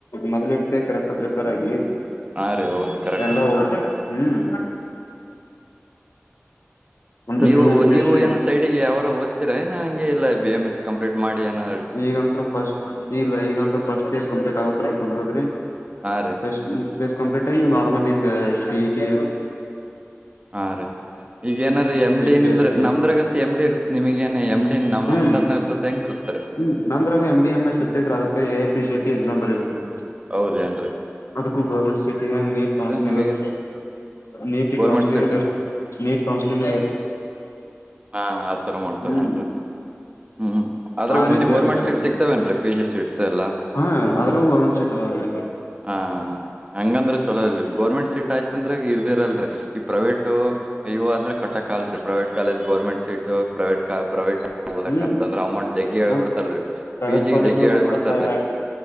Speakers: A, on the left; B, on the right.
A: ಮೊದ್ ಇಡ್ತ ಕರೆಕ್ಟ್ ಪ್ರಿಪೇರ್ ಆಗಿ
B: ಹಾ ರೀ ಹೌದು ಕರೆಕ್ಟ್
A: ಎಲ್ಲಾ ಹತ ಹ್ಮ್ ಅಂದ್ರ
B: ನೀವು
A: ಯು ಪಿ
B: ನೀವು
A: ಎಸ್ ಸಿ
B: ಏನೋ ಸೈಡ್ಗೆ ಯಾರ ಓ್ತಿರಾ ಏ ಹಂಗೆ ಇಲ್ಲ ಬಿ ಎಂ ಎಸ್ ಕಂಪ್ಲೀಟ್ ಮಾಡಿ ಏನೋ
A: ಈಗತ್ ಫಸ್ಟ್ ಇಲ್ಲ ಈಗಂತೂ ಫಸ್ಟ್ ಕಂಪ್ಲೀಟ್ ಆಗುತ್ತಕೋದ್ರಿ
B: ಹಾ ರೀ
A: ಪಸ್ ಪೇಸ್ ಕಂಪ್ಲಿಟ್ ನರ್ಲಿಂಗ ಸಿಇಟಿ
B: ಹಾ ರೀ ಈಗ ಏನಾರೀ ಎಮ್ಡಿ
A: ಎ ಪಿ
B: ನಿಮ್ದ್ರ
A: ಎಸ್ ಸಿ
B: ನಮ್ದ್ರ ಅಂತ ಎ್ಡ ಇರುತ್ ನಿಮಗಏನ್ ಎಮ್ಡಿ ನಾವ
A: ಹ್ಮ್
B: ನಮ್ ತರನ ಇರ್ತತ್ ಹೆಂಗ ಇರ್ತಾರೆ
A: ಹ್ಮ್ ನಮ್ರಾಗ ಎ್ಡಿ ಎಂ ಎಸ್ ಇರ್ತಿದತ್ ಅದಕ್ಕೆ ಎಐ ಪಿ ಜ ಟ ಎಸಾಮ್ ಬರೀತ್ತತ್ರಿ
B: ಹೌದೇನ್ರರಿ
A: ಅದಕ್ಕೂ ಗೌರ್ಮೆಂಟ್ ಸೀಟಿ ಹೆಂಗ ನೀಟ್ ಕೌನ್ಸಿಲಿಂಗ್
B: ನಿಮಗೆ
A: ಅದು ನೀಟ್
B: ಗೋರ್ಮೆಂಟ್
A: ಕೌನ್ಸಿಲಿಂಗ್
B: ಸೀಟ್ ಇರ್ತ
A: ಅೀ ನೀಟ್ ಕೌನ್ಸಿಂಗ್
B: ಹಾ ಆತರ ಮಾಡ್ತಾರ
A: ಹ್ಮ್
B: ನಏನ್ರಿ ಹ್ಮ್ ಆದ್ರೆ
A: ಆ
B: ಮುಂದೆ
A: ರೀತಿ
B: ಗೋರ್ಮೆಂಟ್
A: ಇರ್ತೈತ್ರಿ
B: ಸೀಟ್ಸ್
A: ನಮ್ದು
B: ಸಿಗ್ತವೇನ್ರಿ ಪಿ ಜಿ ಸೀಟ್ಸ್ ಎಲ್ಲಾ
A: ಹಾ ಅದ್ರಾಗೂ ಗೌರ್ಮೆಂಟ್ ಸೀಟ್ ಅದಾವ್ರಿ
B: ಹ ಹಂಗಂದ್ರೆ ಚಲೋ ಇದ ಗೌರ್ಮೆಂಟ್ ಸೀಟ್ ಆಯ್ತು ಅಂದ್ರೆ ಇರ್ದಿರಲ್ರಿ ಈ ಪ್ರೈವೇಟ್ ಇವ ಅಂದ್ರೆ ಕಟ್ಟಕ್ಲ್ರರಿ private college government seat private ಕ ಪ್ರೈವೇಟ್ ಹಓದಕ್ಂತ
A: ಹ್ಮ್
B: ಅಂದ್ರ ಅಮೌಂಟ್ ಜಗ್ಗಿ ಹೇಳ್ಬ
A: ಮತ್
B: ಬಿಡ್ತಾರೀ
A: ಪ್ರೈವೇಟ್
B: ಪಿ ಜಿಗ್
A: ಕಾಲೇಜ್
B: ಜಗ್ಗಿ ಹೇಳ್ಬ
A: ಮತ್ತ
B: ಬಿಡ್ತಾರೀ
A: ಫೈವ್ ಲ್ಯಾಕ್